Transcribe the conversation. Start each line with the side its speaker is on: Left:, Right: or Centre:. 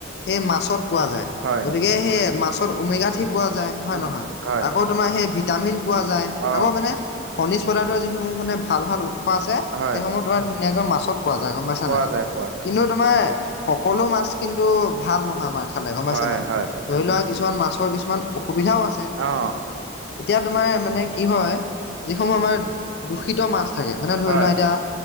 Left: সেই মাছত পোৱা যায়,
Right: হয়
Left: গতিকে সেই মাছ ত উমেগাথি পোৱা যায় হয়
Right: উম
Left: নহয়
Right: হয়
Left: আকৌ তোমাৰ সেই ভিটামিন পোৱা যায়।
Right: অ
Left: আকৌ মানে খনিজ পদাৰ্থৰ যিসমূহ মানে ভাল ভাল উৎ- খোৱা আছে
Right: হয়
Left: সেইসমূহ তোমাৰ ধুনীয়াকৈ মাছত পোৱা যায় গম পাইছা
Right: পোৱা
Left: না
Right: যায় পোৱা যায়
Left: কিন্তু তোমাৰ সকলো মাছ কিন্তু ভাল নহয়, আমাৰ খালে গম পাইছে
Right: হয়
Left: না
Right: হয়
Left: ধৰি লোৱা কিছুমান মাছৰ কিছুমান। অসুবিধাও আছে
Right: অ
Left: এতিয়া তোমাৰ মানে। কি হয়, যিসমূহ আমাৰ দূষিত মাছ থাকে মানে ধৰি
Right: হয়
Left: লোৱা এতিয়া